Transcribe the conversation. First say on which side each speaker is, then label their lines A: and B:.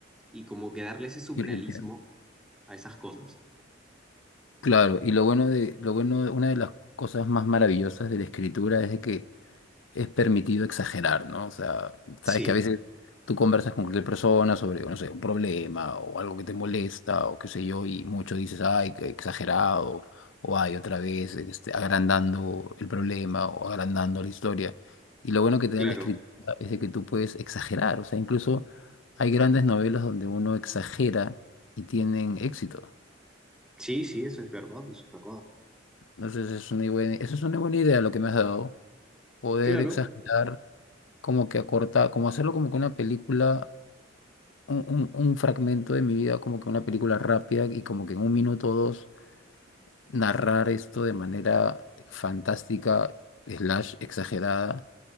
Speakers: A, in the centre; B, on the left.
A: y, y como que darle ese surrealismo
B: sí te entiendo.
A: a esas cosas.
B: Claro, y lo bueno de, lo bueno, una de las cosas más maravillosas de la escritura es de que es permitido exagerar, ¿no? O sea, sabes
A: Sí,
B: que a veces tú conversas con cualquier persona sobre, no sé, un problema o algo que te molesta o qué sé yo, y mucho dices, ay, qué exagerado, o ay, otra vez, este, agrandando el problema o agrandando la historia. Y lo bueno que te
A: claro.
B: da la escritura es de que tú puedes exagerar, o sea, incluso hay grandes novelas donde uno exagera y tienen éxito.
A: Sí, sí, eso es verdad, eso es verdad.
B: Entonces, es una buena, eso es una buena idea lo que me has dado, poder
A: Claro,
B: exagerar como que acortar, como hacerlo como que una película, un, un- un fragmento de mi vida, como que una película rápida y como que en un minuto o dos narrar esto de manera fantástica, slash exagerada,